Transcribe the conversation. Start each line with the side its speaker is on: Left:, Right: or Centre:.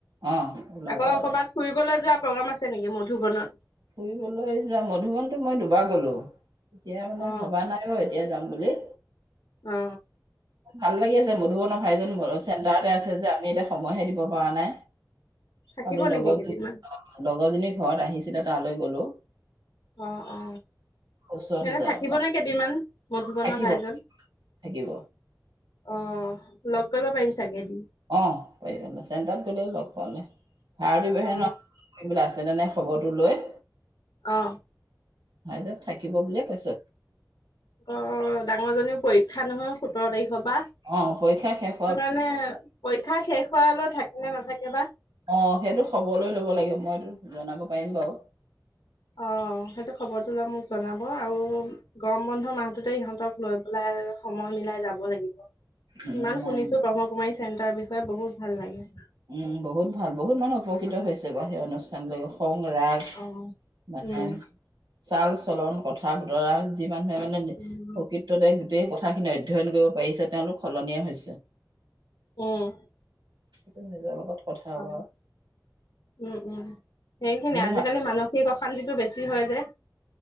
Right: অ ওলাবা
Left: আকৌ
Right: ওলাবা
Left: কবাত ফুৰিবলৈ যোৱা প্ৰগ্ৰেম আছে নেকি মধুবনত
Right: ফুৰিবলৈ যোৱা মধুবনতো মই দুবাৰ গ'লো এতিয়া মানে
Left: অ
Right: ভবা নাই বাৰু এতিয়া যাম বুলি
Left: অ
Right: ভাল লাগি আছে মধুবনৰ ভাইজান মোৰ চেণ্টাৰতে আছে যে আমি এতিয়া সময়হে দিব পৰা নাই
Left: থাকিব
Right: কালি
Left: নেকি
Right: লগৰ
Left: কেইদিনমান
Right: লগৰজনী ঘৰত আহিছিলে তালৈ গলো
Left: অ অ
Right: ওচৰত
Left: এনে
Right: যা-
Left: থাকিবনে
Right: মানে
Left: কেইদিনমান মধুবনৰ
Right: থাকিব
Left: ভাইজন
Right: থাকিব
Left: অ লগ কৰিব পাৰিম চাগে এদিন
Right: অ পাৰিবা চেণ্টাৰত গ'লে লগ পালে ভাড় বিবাহে
Left: অ
Right: ন কৰিবলৈ আছে‌ নে নাই খবৰটো লৈ
Left: অ
Right: ভাইজন থাকিব বুলিয়ে কৈছে
Left: অ ডাঙৰ জনীও পৰীক্ষা নহয় সোতৰ তাৰিখৰ পৰা
Right: অ পৰীক্ষা শেষ হোৱা
Left: মানে পৰীক্ষা শেষ হোৱালৈ থাকে নে নাথাকে বা
Right: অ সেইটো খবৰ লৈ ল'ব লাগিব মইতো জনাব পাৰিম বাৰু
Left: অ সেইটো খবৰটো লৈ মোক জনাব আৰু গৰম বন্ধ মাহটোতে ইহঁতক লৈ পেলাই সময় মিলাই যাব লাগিব
Right: উম
Left: ইমান
Right: নাই
Left: শুনিছো ব্ৰহ্মকুমাৰী চেণ্টাৰ বিষয়ে বহুত ভাল লাগে
Right: উম বহুত ভাল বহুত মানুহ উপকৃত হৈছে বাও সেই অনুষ্ঠানলৈ গৈ খং ৰাগ
Left: অ
Right: মানে
Left: উম
Right: চাল চলন কথা বতৰা যি মানুহে মানে
Left: উম
Right: প্ৰকৃততে গোটেই কথাখিনি অধ্যয়ন কৰিব পাৰিছে তেওঁলোক সলনি হৈছে
Left: উম
Right: সেইটো নিজৰ লগত কথা
Left: অ
Right: বাও
Left: উম উম সেইখিনিয়ে আজিকালি
Right: ভা
Left: মানসিক অশান্তিটো বেছি হয় যে